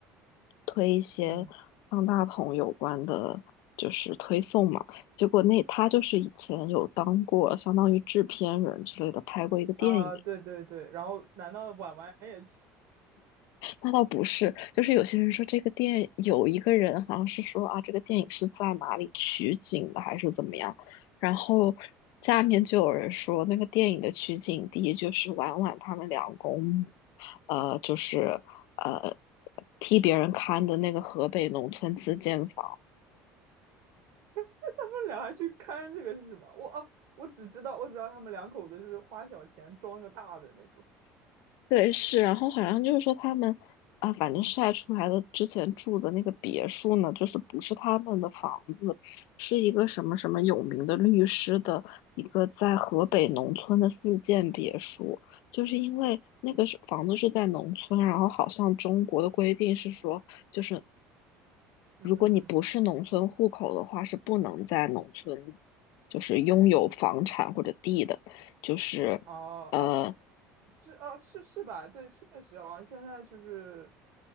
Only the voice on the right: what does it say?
嗯
啊，对对对，然后难道婉婉也去？
<laughs> 他们俩还去看这个是什么？我啊，我只知道我只知道他们两口子是花小钱装个大的那种。
嗯嗯嗯，
哦哦
是啊，是是吧？对，确实啊，现在就是，